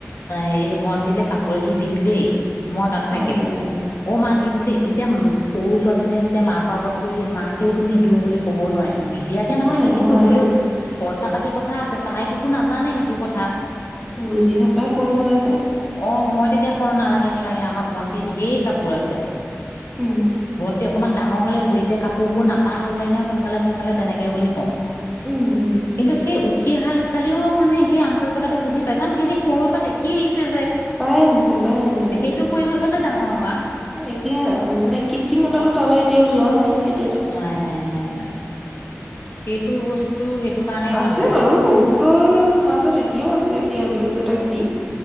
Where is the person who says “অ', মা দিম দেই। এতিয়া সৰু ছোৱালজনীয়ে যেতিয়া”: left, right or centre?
Left